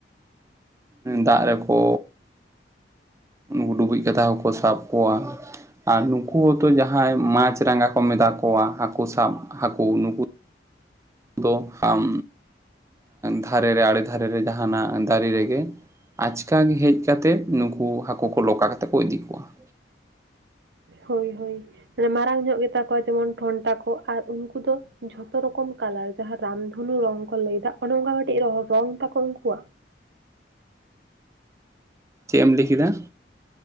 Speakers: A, on the right; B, on the right.
A: ᱫᱟᱜ ᱨᱮᱠᱚ ᱩᱱᱠᱩ ᱰᱩᱵᱩᱡ ᱠᱟᱛᱮ ᱦᱟᱸᱠᱩ ᱠᱚ ᱥᱟᱵ ᱠᱚᱣᱟ ᱾ ᱟᱨ ᱱᱩᱠᱩ ᱦᱚᱸᱛᱚ ᱡᱟᱦᱟᱸᱭ ᱢᱟᱪᱷ ᱨᱟᱸᱜᱟ ᱠᱚ ᱢᱮᱛᱟ ᱠᱚᱣᱟ ᱦᱟᱹᱠᱩ ᱥᱟᱵ ᱦᱟᱹᱠᱩ ᱱᱩᱠᱩ ᱫᱚ ᱟᱢ ᱫᱷᱟᱨᱮ ᱨᱮ ᱟᱲᱮ ᱫᱷᱟᱨᱮ ᱨᱮ ᱡᱟᱦᱟᱱᱟᱜ ᱫᱟᱨᱮ ᱨᱮᱜᱮ ᱟᱪᱠᱟ ᱜᱮ ᱦᱮᱡ ᱠᱟᱛᱮᱫ ᱱᱩᱠᱩ ᱦᱟᱹᱠᱩ ᱠᱚ ᱞᱚᱠᱷᱟ ᱠᱟᱛᱮ ᱠᱚ ᱤᱫᱤ ᱠᱚᱣᱟ ᱾
B: ᱦᱳᱭ ᱦᱳᱭ ᱾ ᱢᱟᱨᱟᱝ ᱧᱚᱜ ᱜᱮ ᱛᱟᱠᱚᱣᱟ ᱡᱮᱢᱚᱱ ᱴᱷᱚᱱᱴᱟ ᱠᱚ ᱟᱨ ᱩᱱᱠᱩ ᱫᱚ ᱡᱷᱚᱛᱚ ᱨᱚᱠᱚᱢ ᱠᱟᱞᱟᱨ ᱾ ᱡᱟᱦᱟᱸ ᱨᱟᱢᱫᱷᱚᱱᱩ ᱨᱚᱝ ᱠᱚ ᱞᱟᱹᱭ ᱮᱫᱟ ᱚᱱᱮ ᱚᱱᱠᱟ ᱠᱟᱹᱴᱤᱡ ᱨᱚᱝ ᱛᱟᱠᱚ ᱩᱱᱠᱩᱣᱟᱜ ᱾
A: ᱪᱮᱫ ᱮᱢ ᱞᱟᱹᱭ ᱠᱮᱫᱟ?